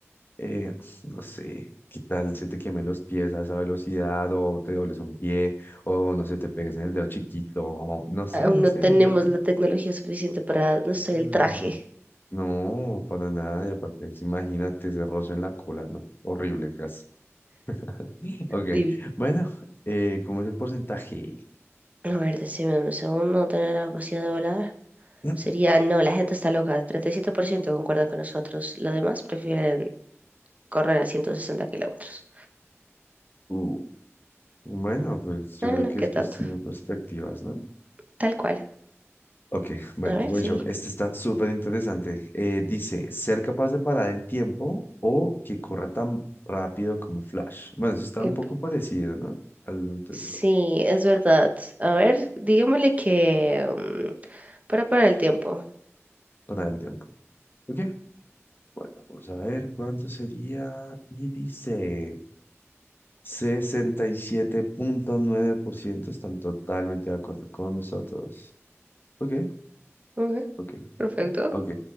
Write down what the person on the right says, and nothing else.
Aún
no
tenemos
la tecnología suficiente para, no sé,
el traje,
Divi.
A ver, decime un segundo, ¿no tener la capacidad de volar?
Sería, no, la gente está loca. treinta y siete por ciento concuerdan con nosotros. Los demás prefieren correr a 160 kilómetros.
Ah,
no,
qué
tanto.
Tal cual.
A ver,
sí.
Epa.
Sí, es verdad. A ver, digámosle que... mm, para parar el tiempo.
Ok,
perfecto.